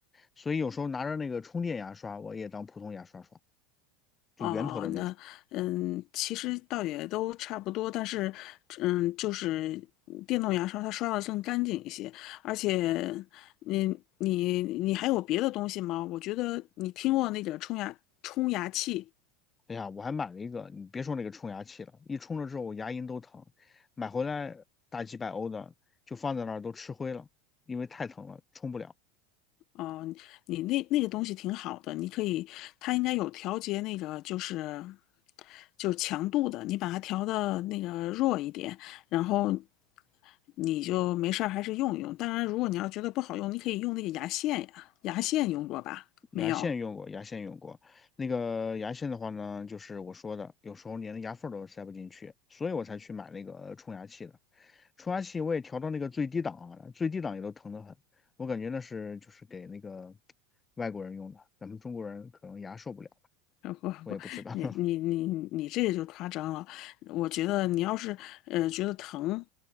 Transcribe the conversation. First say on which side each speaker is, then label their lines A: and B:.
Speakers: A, on the left; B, on the left.
A: 所以有时候拿着那个充电牙刷，我也当普通牙刷刷，就圆头的那种。
B: 哦哦，那嗯，其实倒也都差不多，但是嗯，就是电动牙刷它刷的更干净一些，而且你你你还有别的东西吗？我觉得你听过那个冲牙冲牙器。
A: 哎呀，我还买了一个，你别说那个冲牙器了，一冲了之后我牙龈都疼，买回来大几百欧的，就放在那儿都吃灰了，因为太疼了，冲不了。
B: 嗯、呃你那那个东西挺好的，你可以，它应该有调节那个就是就是强度的，你把它调的那个弱一点，然后你就没事儿还是用一用。当然，如果你要觉得不好用，你可以用那个牙线呀，牙线用过吧？
A: 牙线用过，
B: 没有。
A: 牙线用过。那个牙线的话呢，就是我说的，有时候连牙缝儿都塞不进去，所以我才去买那个冲牙器的。冲牙器我也调到那个最低档啊，最低档也都疼得很。我感觉那是就是给那个 <tsk> 外国人用的，咱们中国人可能牙受不了，
B: 不不，
A: 我也不知道。
B: 你你你你这个就夸张了。
A: <laughs>
B: 我觉得你要是呃觉得疼，